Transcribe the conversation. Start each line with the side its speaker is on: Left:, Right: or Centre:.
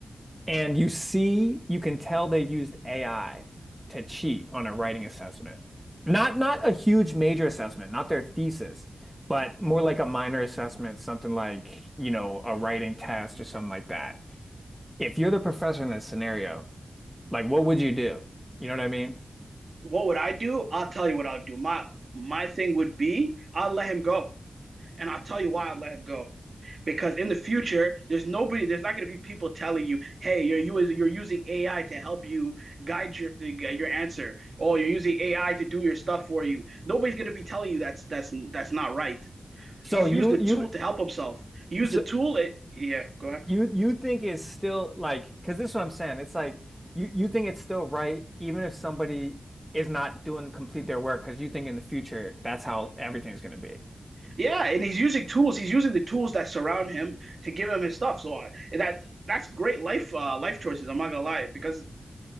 Centre: And you see, you can tell they've used AI to cheat on a writing assessment. Not not a huge major assessment, not their thesis, but more like a minor assessment, something like, you know, a writing test or something like that. If you're the professor in this scenario, like what would you do? You know what I mean?
Right: What would I do? I'll tell you what I'll do. My my thing would be I'll let him go. And I'll tell you why I'd let him go. Because in the future, there's nobody, there's not going to be people telling you, "Hey, you're you you're using AI to help you guide your thing, uh, your answer. Oh, you're using AI to do your stuff for you." Nobody's going to be telling you that's that's that's not right.
Centre: So
Right: He's
Centre: you
Right: used the tool
Centre: you
Right: to help himself. He used
Centre: so
Right: the tool. It, yeah, go ahead.
Centre: You you think it's still like because this is what I'm saying. It's like you you think it's still right even if somebody is not doing complete their work because you think in the future that's how everything's going to be.
Right: Yeah, and he's using tools. He's using the tools that surround him to give him his stuff. So I, that that's great life uh, life choices. I'm not gonna lie because